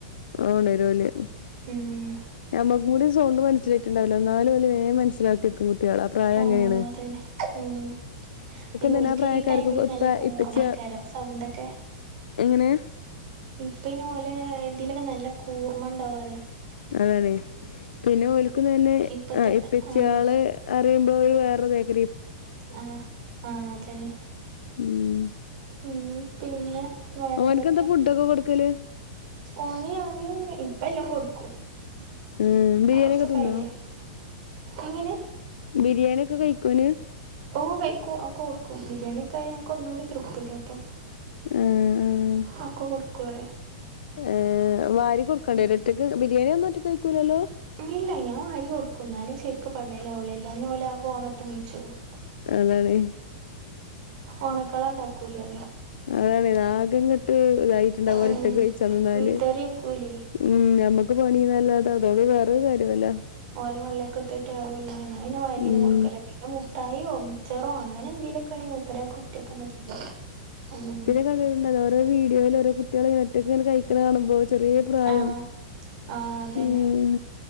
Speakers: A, on the left; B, on the right.
A: അ ഒണരൂല്ലേ.
B: ഉം
A: ഞമ്മക്കും കൂടി സൗണ്ട് മനസ്സിലായിട്ടുണ്ടാവുല ഇന്നാലും ഓല് വേം മനസ്സിലാക്കിട്ക്കും കുട്ടിയാൾ ആ പ്രായം
B: ആഹ്
A: അങ്ങനേണ്.
B: അതന്നെ ഉം അയിന്
A: തന്നെ
B: ഓൽക്കയിന്
A: ആ പ്രായക്കാർക്ക്
B: ഈ ടൈമില് നല്ല
A: ഇപ്പ
B: കോർമ്മ
A: ഇപ്പച്ചി
B: ആയിക്കാരം സൗണ്ടൊക്കെ
A: എങ്ങനെ?
B: ഇപ്പയിന് ഓലെ ഇതീലൊക്കെ നല്ല കൂർമ്മ ഉണ്ടാവും പറ്യ.
A: അതാണെ പിന്നെ ഓൽക്കും തന്നെ
B: ഇപ്പത്തെ
A: ആഹ് ഇപ്പച്യാള്
B: ആഹ്
A: അറിമ്പോ ഒര് വേറൊരുതേക്കാരം.
B: ആഹ് ആഹ് അതന്നെ
A: ഊം
B: ഉം പിന്നെ വേറെന്തൊക്കെ?
A: ഓൻക്കെന്താ ഫുഡൊക്കെ കൊടുക്കല്
B: ഓന് ഞാന് ഇപ്പ എല്ലതും കൊടുക്കും
A: ഉം
B: കോർച്ചൊക്കായില്ലേ.
A: ബിരിയാണിയൊക്കെ തിന്നോ
B: എങ്ങനെ?
A: ബിരിയാണി യൊക്കെ കഴിക്കോന്?
B: ഓഹ് കഴിക്കും അഒക്കെ കൊടുക്കും. ബിരിയാണിക്കായാ ഞങ്ങക്ക് ഒന്നൂടെ തൃപ്തിയാപ്പം.
A: ആഹ് ആഹ്
B: അഒക്കെ കൊടുക്കു അർയാ.
A: ഏഹ് വാരി കൊട്ക്കണ്ട്യേരോ?
B: ഉം
A: ഒറ്റയ്ക്ക് ബിരിയാണി ഒന്നും ഒറ്റക്ക് കഴിക്കൂലല്ലോ.
B: ഇല്ല ഞാൻ വാരി കൊടുക്കും ഇന്നാലേ ശരി ക്ക് പള്ളേലാവുള്ളൂ എല്ലാഞ്ഞാ ഓല് ആകെ ഓണട്ട് നീച്ചോവും.
A: അതാണെ
B: ഓണക്കള ഇണ്ടാക്കൂലേ പറിയ.
A: അതാണെ. ആകെങ്ങെട്ട് ഇതായിട്ടുണ്ടാവും ഓലൊറ്റെക്ക്
B: ഉം
A: കഴിച്ചാൻ നിന്നാല്
B: വിതറിവെക്കൂലേ
A: ഉം ഞമ്മക്ക് പണിന്നല്ലാതെ അതോണ്ട് വേറൊരു കാര്യ വൂല്ല.
B: ഓലെ പള്ളേക്കത്ത്‌വൊറ്റെ ആവുല ഞാൻ പിന്നെ വാരിയെന്നെ
A: ഉം
B: കൊട്ക്കലാ. പിന്നെ മുട്ടായിയോ മിച്ചറോ അങ്ങനെ എന്തോലെക്കെ ആണെങ്കിൽ മൂപ്പരാക്ക ഒറ്റക്കന്നെ തിന്നും. മ്ഹ്
A: കണ്ട് ഇണ്ടല്ലോ ഓരോ വീഡിയോല് ഓരോ കുട്ടികൾ ഒറ്റക് ഇങ്ങനെ കഴിക്ക്ണ കാണുമ്പോ ചെറിയ പ്രായം
B: ആഹ് ആഹ് അതന്നെ
A: ഉം